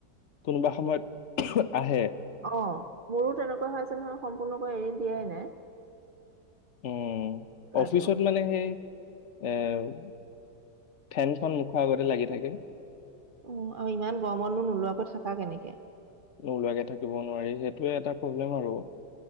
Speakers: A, on the left (about 60°); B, on the right (about 85°).
A: কোনোবা সময়ত আহে।
B: অ', মোৰো তেনেকুৱা হৈ আছে নহয়। সম্পূৰ্ণকৈ এৰি দিয়াই নাই।
A: উম।
B: কাহটো
A: অফিচত মানে সেই এ'। ফেনখন মুখৰ আগতে লাগি থাকে।
B: উম, আৰু ইমান গৰমতনো নোলোৱাকৈ থাকা কেনেকে?
A: নোলোৱাকে থাকিব নোৱাৰি সেইটোৱে এটা প্ৰব্লেম আৰু।